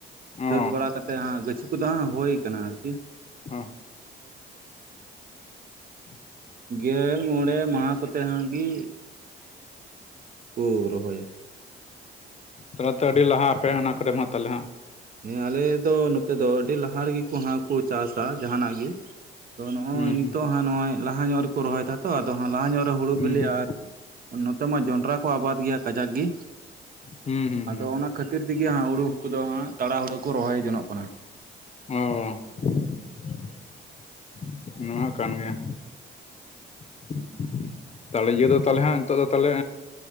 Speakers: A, on the left; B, on the right.
A: ᱚ
B: ᱥᱟᱹᱛ ᱵᱟᱲᱟ ᱠᱟᱛᱮᱫ ᱦᱟᱸᱜ ᱜᱟᱹᱪᱷᱤ ᱠᱚᱫᱚ ᱦᱟᱸᱜ ᱦᱩᱭ ᱠᱟᱱᱟ ᱟᱨᱠᱤ ᱾ <inaudible>
A: ᱚ <unintelligible>
B: ᱜᱮᱞ ᱢᱚᱬᱮ ᱢᱟᱸᱦᱟ ᱠᱚᱛᱮ ᱦᱟᱸᱜ ᱜᱤ ᱠᱚᱻ ᱨᱚᱦᱚᱭ
A: ᱛᱟᱦᱞᱮ ᱛᱚ ᱟᱹᱰᱤ ᱞᱟᱦᱟ ᱟᱯᱮ ᱚᱱᱟ ᱠᱚᱨᱮ ᱢᱟ ᱦᱟᱸᱜ ᱛᱟᱞᱦᱮ ᱦᱟᱸᱜ ᱾
B: ᱦᱮᱸ ᱟᱞᱮ ᱫᱚ ᱱᱚᱛᱮ ᱫᱚ ᱟᱹᱰᱤ ᱞᱟᱦᱟ ᱨᱤᱜᱤ ᱠᱩ ᱦᱟᱸᱜ ᱠᱩ ᱪᱟᱥᱟ ᱡᱟᱸᱦᱟ ᱱᱟᱜ ᱜᱤ᱾ ᱟᱫᱚ ᱱᱚᱜᱼᱚᱭ
A: ᱦᱩᱸ
B: ᱱᱤᱛᱚᱜ ᱦᱟᱸᱜ ᱱᱚᱜᱼᱚᱭ ᱞᱟᱦᱟ ᱧᱚᱜ ᱨᱮᱠᱚ ᱨᱚᱦᱚᱭ ᱫᱟ ᱛᱚ ᱟᱫᱚ ᱦᱟᱸᱜ ᱞᱟᱦᱟ ᱧᱚᱜ ᱨᱮ ᱦᱩᱲᱩ
A: ᱦᱩᱸ
B: ᱵᱤᱞᱤ
A: ᱦᱩᱸ
B: ᱟ ᱟᱨ ᱱᱚᱛᱮ ᱢᱟ ᱡᱚᱸᱰᱨᱟ ᱠᱚ ᱟᱵᱟᱫ ᱜᱮᱭᱟ ᱠᱟᱡᱟᱠ ᱜᱮ
A: ᱦᱩᱸ ᱦᱩᱸ ᱦᱩᱸ
B: ᱟᱫᱚ ᱚᱱᱟ ᱠᱷᱟᱹᱛᱤᱨ ᱛᱮᱜᱮ ᱦᱟᱸᱜ ᱦᱩᱲᱩ ᱠᱚᱫᱚ ᱦᱟᱸᱜ ᱛᱟᱲᱟ ᱦᱩᱲᱟᱹ ᱠᱚ ᱨᱚᱦᱚᱭ ᱡᱚᱱᱚᱜ ᱠᱟᱱᱟ ᱾
A: <unintelligible> ᱱᱚᱣᱟ ᱦᱚ ᱠᱟᱱ ᱜᱮᱭᱟ ᱾ ᱛᱟᱦᱚᱞᱮ ᱤᱭᱟᱹ ᱫᱚ ᱛᱟᱦᱚᱞᱮ ᱱᱤᱛᱚᱜ ᱫᱚ ᱛᱟᱦᱚᱞᱮ